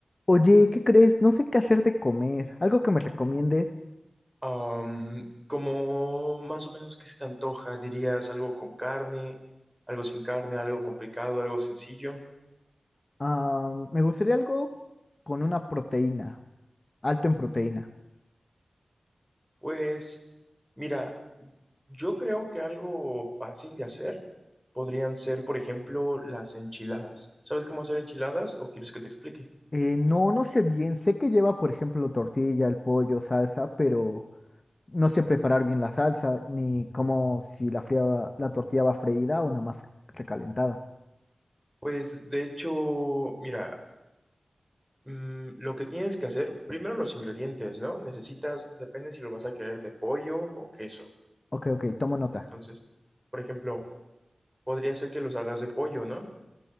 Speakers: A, on the left; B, in the centre.
A: Oye, ¿qué crees? No sé qué hacer de comer. ¿Algo que me recomiendes?
B: Am, como más o menos qué se te antoja, dirías algo con carne, algo sin carne, algo complicado, algo sencillo.
A: Ah, me gustaría algo con una proteína, alto en proteína.
B: Pues mira, yo creo que algo fácil de hacer podrían ser, por ejemplo, las enchiladas. ¿Sabes cómo hacer enchiladas o quieres que te explique?
A: Eh, no, no sé bien. Sé que lleva, por ejemplo, tortilla, el pollo, salsa, pero no sé preparar bien la salsa, ni cómo si la fría, la tortilla va freída o nada más recalentada.
B: Pues de hecho, mira, mm, lo que tienes que hacer, primero los ingredientes, ¿no? Necesitas, depende si lo vas a querer de pollo o queso.
A: Ok, ok, tomo nota.
B: Entonces, por ejemplo, Podría ser que los hagas de pollo, ¿no?